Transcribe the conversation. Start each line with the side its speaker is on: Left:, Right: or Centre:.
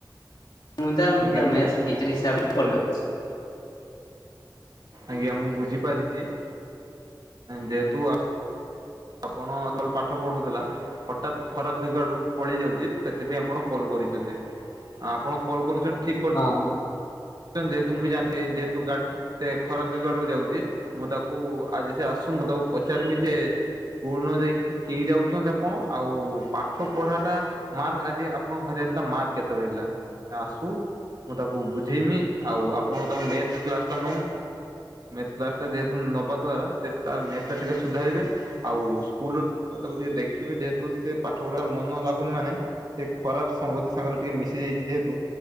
Left: ମୁଁ ତା <unintelligible>
Right: ଆଜ୍ଞା ମୁଁ
Left: ଟିଚର ହିସାବରେ କଲ୍ କରିଚି
Right: ଆଜ୍ଞା ମୁଁ ବୁଝିପାରିଛି ଯେହେତୁ ଆପଣ ଏତେବେଳ ପାଠ ପଢୁଥିଲା ହଠାତ୍ ଖରାପ ଦୁଗ ଆଡ଼କୁ ପଳେଇଯାଉଛି ସେଥିପାଇଁ ଆପଣ କଲ୍ କରିଛନ୍ତି ଆପଣ କଲ୍ କରିଛନ୍ତି ଠିକ୍
Left: ହଁ ହଁ
Right: ଯେହତୁ ମୁଁ ବି ଜାଣିନି ଯେତୁ ଗାଡ ସେ ଖରାପ ଦିଗ ଆଡକୁ ଯାଉଛି ମୁଁ ତାକୁ ଆଜି ସେ ଆସୁ ମୁଁ ତାକୁ ପଚାର୍ମି ଯେ ସ୍କୁଲ ନ ଯାଇକି କେହି ଯାଉଛନ୍ତି ଆପଣ ଆଉ ପାଠ ପଢ଼ାଟା ମାର୍କ ଆଜି ଆପଣଙ୍କୁ ବାହାରିଆଇଥିଲା ମାର୍କ କେତେ ରହିଲା ଆସୁ ମୁଁ ତାକୁ ବୁ ଝେଇମି ଆଉ ଆପଣଙ୍କ ତାକୁ ମ୍ୟାଥ୍ କ୍ଲାସ୍ଟା ନଉ ମ୍ୟାଥ୍ କ୍ଲାସଟା ଯେହେତୁ ନେବା ଦ୍ୱାରା ସେ ତ ମ୍ୟାଥ୍ ଟା ଟିକେ ସୁଧାରିବେ ଆଉ ସ୍କୁଲ ଟିକେ ଦେଖିବେ ଯେହେତୁ ସେ ପାଠ ପଢାର ମନ ଲାଗୁନି ମାନେ ସେ ଖରାପ ସଙ୍ଗତି ସାଙ୍ଗରେ ଟିକେ ମିଶି ଯାଇଛି ଯେହେତୁ